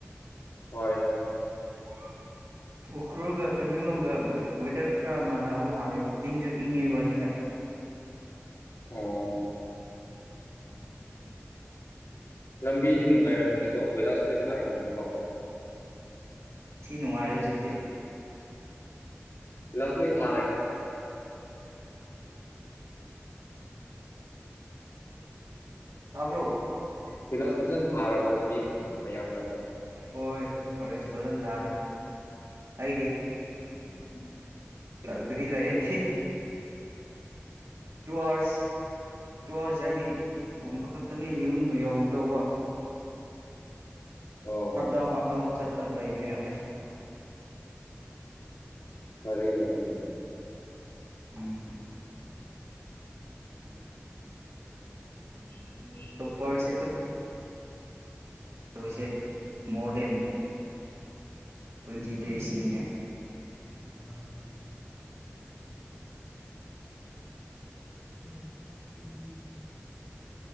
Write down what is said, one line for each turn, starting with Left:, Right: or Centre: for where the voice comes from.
Left: ꯍꯣꯏ
Right: <inaudible> ꯎꯈ꯭ꯔꯨꯜꯒ ꯇꯃꯦꯡꯂꯣꯡꯒ ꯋꯦꯗꯔ ꯈꯔ ꯃꯥꯟꯅꯕ ꯃꯥꯜꯂꯦ ꯏꯪꯁꯨ ꯏꯪꯉꯦꯕ ꯑꯁꯤꯗ
Left: ꯑ ꯂꯝꯕꯤꯗꯤ ꯅꯨꯡꯉꯥꯏꯔꯝꯃꯅꯤꯀꯣ ꯀꯣꯏꯂꯥꯁ ꯂꯣꯏ ꯊꯥꯔꯃꯅꯤꯀꯣ
Right: ꯁꯤ ꯅꯨꯡꯉꯥꯏꯔꯦ ꯍꯧꯖꯤꯛꯇꯤ
Left: ꯂꯖꯃꯤ ꯏ ꯊꯥꯔꯦ
Right: ꯇꯥꯕ꯭ꯔꯣ
Left: ꯄꯤꯂꯥꯁ ꯐꯖꯅ ꯊꯥꯔꯕꯣ ꯂꯝꯕꯤ ꯃꯌꯥꯝꯗ
Right: ꯍꯣꯏ ꯀꯣꯂꯦꯖ ꯐꯖꯅ ꯊꯥꯔꯤꯦ ꯑꯩ
Left: ꯎꯝ
Right: ꯂꯒꯔꯤ ꯂꯩꯗꯤ ꯇꯨ ꯑꯥꯋꯥꯔꯁ ꯇꯨ ꯑꯥꯋꯥꯔꯁ ꯖꯔꯅꯤ ꯒꯨꯝꯕ ꯈꯛꯇꯅꯤ ꯌꯨꯝ ꯌꯧꯗꯧꯕ
Left: ꯑꯣ
Right: ꯑꯞꯗꯥꯎ ꯑꯞꯗꯥꯎ ꯆꯠꯂ ꯂꯩꯕ ꯌꯥꯔꯦ
Left: ꯐꯔꯦꯅꯦ ꯑꯗꯨꯗꯤ
Right: ꯎꯝ
Left: ꯎ ꯎ
Right: ꯆꯣꯞꯄꯔꯁꯦ ꯃꯣꯏꯁꯦ ꯃꯣꯗꯦꯟ ꯇ꯭ꯋꯦꯟꯇꯤ ꯗꯦꯖꯅꯤꯅꯦ
Left: ꯏꯣꯏ ꯎꯝ